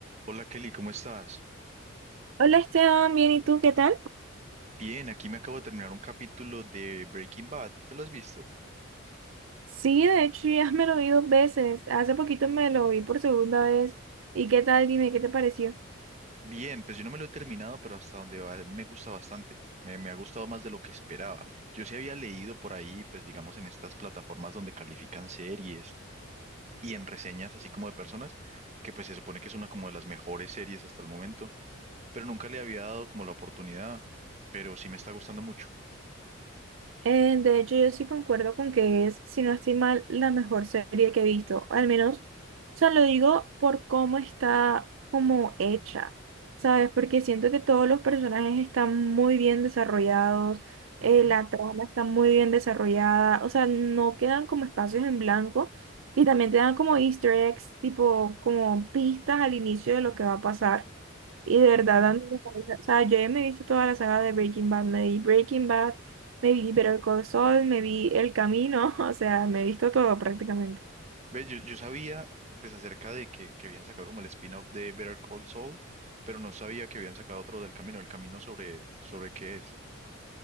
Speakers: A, on the right; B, on the right.
A: Hola Kelly, ¿cómo estás?
B: Hola Esteban, bien, ¿y tú qué tal?
A: Bien, aquí me acabo de terminar un capítulo de Breaking Bad. ¿Tú te lo has visto?
B: Sí, de hecho ya me lo vi dos veces. Hace poquito me lo vi por segunda vez. ¿Y qué tal? Dime, ¿qué te pareció?
A: Bien, pues yo no me lo he terminado, pero hasta donde va me gusta bastante. Me, me ha gustado más de lo que esperaba. Yo sí había leído por ahí, pues digamos en estas plataformas donde califican series y en reseñas así como de personas, que pues se supone que es una como de las mejores series hasta el momento, pero nunca le había dado como la oportunidad, pero sí me está gustando mucho.
B: Eh, de hecho, yo sí concuerdo con que es, si no estoy mal, la mejor serie que he visto. Al menos, o sea, lo digo por cómo está como hecha, ¿sabes? Porque siento que todos los personajes están muy bien desarrollados, eh,
A: Ujú,
B: la trama está muy bien desarrollada, o sea, no quedan como espacios en blanco y también te dan como easter eggs, tipo como pistas al inicio de lo que va a pasar. Y de verdad,
A: ujú.
B: Andy, me parece- o sea, yo ya me he visto toda la saga de Breaking Bad, me vi Breaking Bad, me vi Better Call Saul, me vi El Camino, <laughs> o sea, me he visto todo prácticamente.
A: ves Yo, yo sabía pues acerca de que, que habían sacado como el spin-off de Better Call Saul, pero no sabía que habían sacado otro del camino. ¿El camino sobre, sobre qué es?